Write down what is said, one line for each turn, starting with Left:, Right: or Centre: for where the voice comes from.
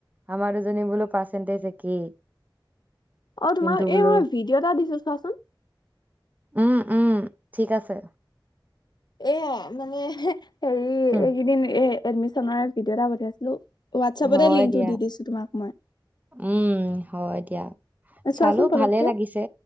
Right: আমাৰ দুজনী বোলো পাৰ্চেন্টেজ একেই।
Left: অ' তোমাক
Right: কিন্তু বোলো
Left: এই মই ভিডিঅ' এটা দিছো চোৱাচোন।
Right: উম উম ঠিক আছে।
Left: এয়া মানে হেৰি
Right: হুম,
Left: এইকেইদিন এ এডমিশনৰে ভিডিঅ' এটা পঠিয়াইছিলো। ৱাটছেপতে
Right: হয়
Left: লিংকটো
Right: দিয়া
Left: দি দিছো তোমাক মই।
Right: উম হয় দিয়া।
Left: চোৱাচোন
Right: চালো
Left: পতককে।
Right: ভালে লাগিছে,